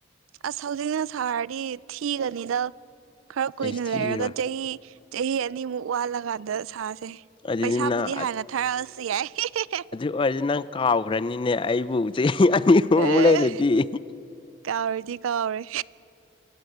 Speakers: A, on the right; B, on the left.
A: ꯑꯁ ꯍꯧꯖꯤꯛꯅ ꯁꯥꯔꯗꯤ ꯊꯤꯒꯅꯤꯗ ꯈꯔ ꯀꯨꯏꯅ
B: ꯑꯩꯁ ꯊꯤꯔꯣꯏ
A: ꯂꯩꯔꯒ ꯆꯍꯤ ꯆꯍꯤ ꯑꯅꯤꯃꯨꯛ ꯋꯥꯜꯂꯀꯥꯟꯗ ꯁꯥꯁꯦ
B: ꯑꯗꯨꯗꯤ
A: ꯄꯩꯁꯥꯕꯨꯗꯤ
B: ꯅꯪ
A: ꯍꯥꯟꯅ ꯊꯥꯔꯛꯑꯁꯨ ꯌꯥꯏ ꯍꯦ-ꯍꯦ-ꯍꯦ
B: ꯗ꯭ꯋꯤꯗꯤ ꯅꯪ ꯀꯥꯎꯈ꯭ꯔꯅꯤꯅꯦ ꯑꯩꯕꯨ ꯆꯍꯤ ꯑꯅꯤ ꯑꯃꯨꯛ
A: ꯑꯦ
B: ꯂꯩꯔꯗꯤ unintelligible
A: ꯀꯥꯎꯔꯗꯤ ꯀꯥꯎꯔꯦ